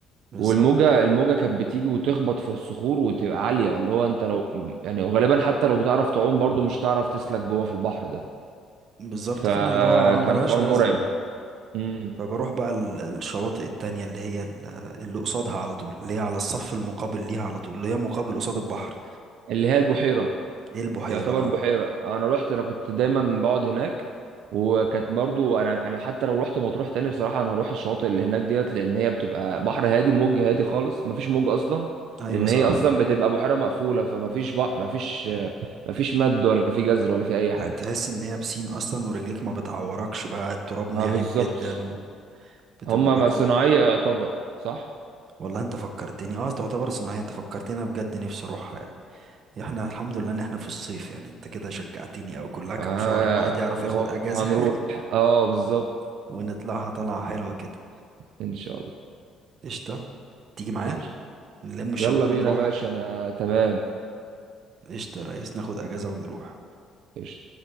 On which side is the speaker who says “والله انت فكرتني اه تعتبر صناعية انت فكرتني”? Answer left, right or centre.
Right